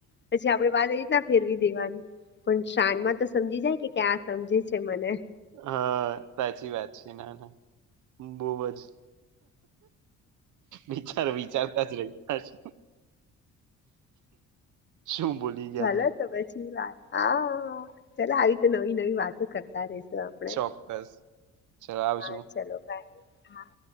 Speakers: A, on the left; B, on the right.
A: પછી આપડે વાત ઈરીતના ફેરવી દેવાનું. પણ શાનમાં તો સમજી જાય કે, કે આ સમજે છે મને.
B: હા, સાચી વાત છે. ના, ના, બોવ જ વિચારો વિચારતા જ રહીતા છે. શું બોલી ગીયા
A: ચાલો
B: તમે?
A: તો પછી વાત હા, ચલો આવી તો નવી નવી વાતો કરતા રેશું. તો આપડે,
B: ચોક્કસ ચલો આવજો.
A: હા, ચલો બાય, હા.